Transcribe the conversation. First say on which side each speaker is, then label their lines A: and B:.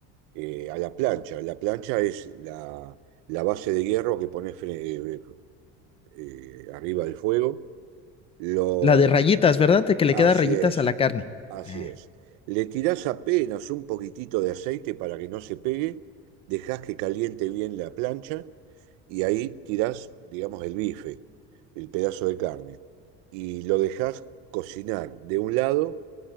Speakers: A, on the right; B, on the left.
A: eh, a la plancha. La plancha es la, la base de hierro que pones fre- eh, eh, arriba del fuego. Lo,
B: la de rayitas, ¿verdad? De que le
A: así
B: queda rayitas
A: es,
B: a la carne.
A: así
B: Ah,
A: es. Le tirás apenas un poquitito de aceite para que no se pegue, dejás que caliente bien la plancha y ahí tirás, digamos, el bife, el pedazo de carne, y lo dejás cocinar de un lado,